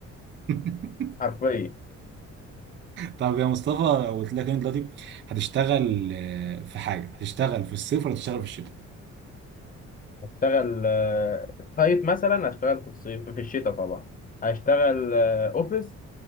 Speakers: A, on the right (about 40°); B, on the left (about 30°).
A: <laughs>
B: حرفيا
A: طب يا مصطفى لو قلت لك إن انت دلوقتي هتشتغل آه، في حاجة هتشتغل في الصيف ولا هتشتغل في الشتاء
B: اشتغل آه، سايت مثلا اشتغل في الصيف في الشتاء طبعا هشتغل آه، اوفيس